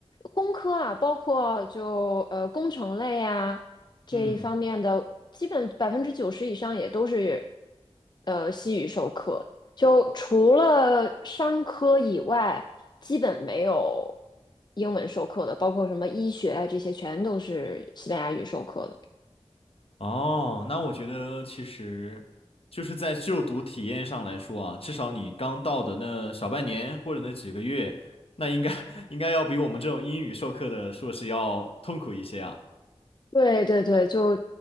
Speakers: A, on the left; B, on the left.
A: 工科啊，包括就呃工程类啊这一方面的，
B: 嗯。
A: 基本百分之九十以上也都是呃西语授课。就除了商科以外，基本没有英文授课的，包括什么医学啊这些，全都是西班牙语授课的。
B: 哦，那我觉得其实就是在就读体验上来说啊，至少你刚到的那小半年或者那几个月，那应该 <laughs> 应该要比我们这种英语授课的硕士要痛苦一些啊。
A: 对对对，就